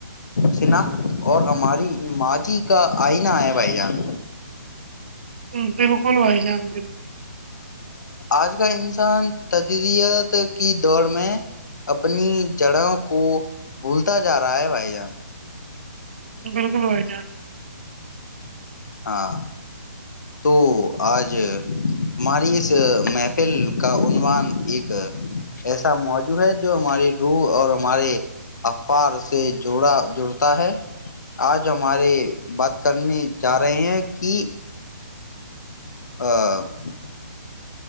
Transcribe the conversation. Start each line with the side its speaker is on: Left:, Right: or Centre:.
Left: شناخت اور ہماری ماضی کا آئینہ ہے بھائی جان
Right: ہ بالکل وائی جان بالکل
Left: آج کا انسان تدریت کی دوڑ میں اپنی جڑوں کو بھولتا جا رہا ہے بھائی جان
Right: بالکل وائی جان
Left: ہاں تو آج ہماری اس محفل کا عنوان ایک ایسا موضوع ہے جو ہماری روح اور ہمارے افار سے جوڑا جڑتا ہے آج ہمارے بات کرنی چاہ رہے ہیں کہ ہ <unintelligible>